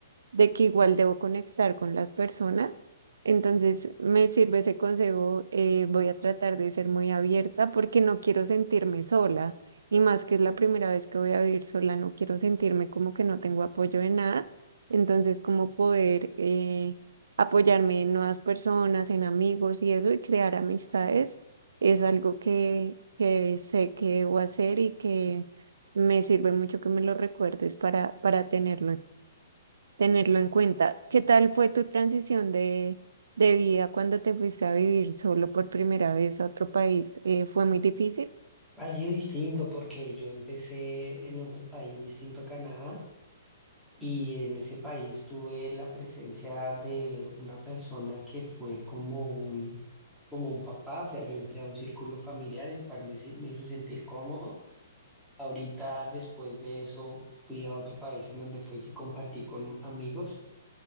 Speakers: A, on the right; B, in the centre.
A: de que igual debo conectar con las personas. Entonces, me sirve ese consejo, eh, voy a tratar de ser muy abierta porque no quiero sentirme sola y más que es la primera vez que voy a vivir sola, no quiero sentirme como que no tengo apoyo de nada. Entonces, como poder eh, apoyarme en nuevas personas, en amigos y eso y crear amistades es algo que, que sé que debo hacer y que me sirve mucho que me lo recuerdes para, para tenerlo tenerlo en cuenta. ¿Qué tal fue tu transición de, de vida cuando te fuiste a vivir solo por primera vez a otro país? Eh, ¿fue muy difícil?
B: ha sido distinto porque yo empecé en otro país distinto a Canadá. Y en ese país tuve la presencia de una persona que fue como un, como un papá, o sea, yo entré a un círculo familiar el cual me, si- me hizo sentir cómodo. Ahorita, después de eso, fui a otro país en donde fue que compartí con amigos,